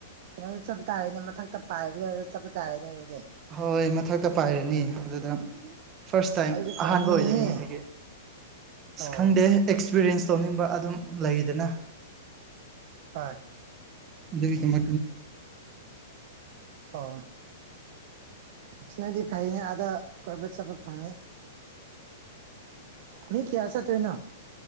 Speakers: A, on the right; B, on the right.
A: ꯀꯩꯅꯣ ꯆꯠꯄ ꯇꯥꯔꯦꯅꯦ ꯃꯊꯛꯇ ꯄꯥꯏꯕꯗꯨ ꯆꯠꯄ ꯇꯥꯔꯦꯅꯦ ꯑꯗꯨꯗꯤ
B: ꯍꯣꯏ ꯃꯊꯛꯇ ꯄꯥꯏꯔꯅꯤ ꯑꯗꯨꯗ ꯐꯥꯔꯁ
A: ꯑꯁ
B: ꯇꯥꯏꯝ
A: ꯑꯩꯁꯨ ꯄꯥꯏꯅꯤꯡꯉꯤꯍꯦ
B: ꯑꯍꯥꯟꯕ ꯑꯣꯏꯒꯅꯤ ꯑꯩꯒꯤ ꯑꯁ
A: ꯑꯣ
B: ꯈꯪꯗꯦ ꯑꯦꯛꯁꯄꯤꯔꯤꯌꯦꯟꯁ ꯇꯧꯅꯤꯡꯕ ꯑꯗꯨꯝ ꯂꯩꯗꯅ
A: ꯇꯥꯏ
B: ꯑꯗꯨꯒꯤꯃꯗ
A: ꯑꯣ ꯁꯤꯅꯗꯤ ꯐꯩꯅꯦ ꯑꯥꯗ ꯀꯣꯏꯕ ꯆꯠꯄ ꯐꯪꯉꯤ ꯃꯤ ꯀꯌꯥ ꯆꯠꯇꯣꯏꯅꯣ